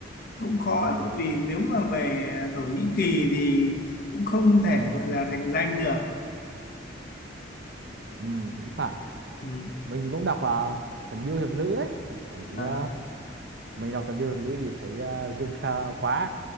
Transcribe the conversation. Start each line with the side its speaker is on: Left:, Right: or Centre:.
Left: cũng khó
Right: Ừ,
Left: tự vì nếu mà về Thổ Nhĩ Kỳ thì cũng không thể gọi là thành danh được
Right: ừ, cũng phải.
Left: ừ.
Right: Mình cũng đọc là Thần Điêu Hiệp Lữ ấy thì thấy
Left: À.
Right: ờ, mình đọc thập niên hiệp nữ thì thấy ờ, Dương Kha quá